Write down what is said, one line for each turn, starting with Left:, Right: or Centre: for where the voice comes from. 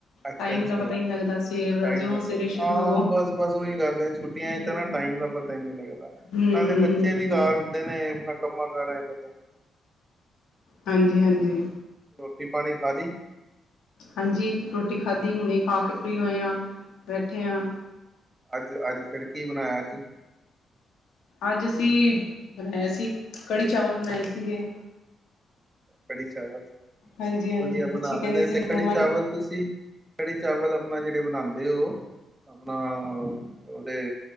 Right: ਅੱਛਾ
Left: ਟਾਈਮ
Right: ਅੱਛਾ
Left: ਦਾ ਪਤਾ ਹੀ
Right: ਟਾਈਮ
Left: ਨਹੀਂ ਲੱਗਦਾ ਸਵੇਰ ਜਿਉਂ
Right: ਦਾ ਪ
Left: ਸਵੇਰੇ ਸ਼ੁਰੂ
Right: ਹਾਂ
Left: ਹੋਵੋ
Right: ਬਸ ਬਸ ਉਓਹੀ ਗੱਲ ਛੁੱਟੀਆਂ
Left: ਹਮ
Right: ਚ ਤਾਂ ਨਾ ਟਾਈਮ ਦਾ ਪਤਾ ਹੀ ਨਹੀਂੀ ਲੱਗਦਾ
Left: ਹਮ
Right: ਨਾਲੇ ਬੱਚੇ
Left: ਹਮ
Right: ਵੀ ਘਾਰ ਹੁੰਦੇ ਨੇ ਆਪਣਾ ਕੰਮਾਂ ਕਾਰ ਚ ਪਤਾ ਹੀ ਨਈ
Left: ਹਾਂਜੀ ਹਾਂਜੀ
Right: ਰੋਟੀ ਪਾਣੀ ਖਾਲੀ
Left: ਹਾਂਜੀ ਰੋਟੀ ਖਾਧੀ ਹੁਣੇ ਖਾ ਕੇ ਫਰੀ ਹੋਏ ਹਾਂ ਬੈਠੇ ਹਾਂ
Right: ਅੱਜ ਅੱਜ ਫਿਰ ਕੀ ਬਣਾਇਆ ਅੱਜ
Left: ਅੱਜ ਅਸੀਂ ਬਣਾਇਆ ਸੀ ਕੜੀ ਚਾਵਲ ਬਣਾਏ ਸੀਗੇ
Right: ਕੜੀ ਚਾਵਲ
Left: ਹਾਂਜੀ
Right: ਬਹੁਤ
Left: ਹਾਂਜੀ
Right: ਵਧੀਆ
Left: ਬੱਚੇ
Right: ਬਣਾ ਲੈਂਦੇ
Left: ਕਹਿੰਦੇ ਸੀ
Right: ਤੇ
Left: ਮੰਮਾ
Right: ਕੜੀ ਚਾਵਲ ਤੁਸੀਂ ਕੜੀ ਚਾਵਲ ਆਪਣਾ ਜਿਹੜੇ ਬਣਾਉਂਦੇ ਉਹ ਆਪਣਾ ਉਹਦੇ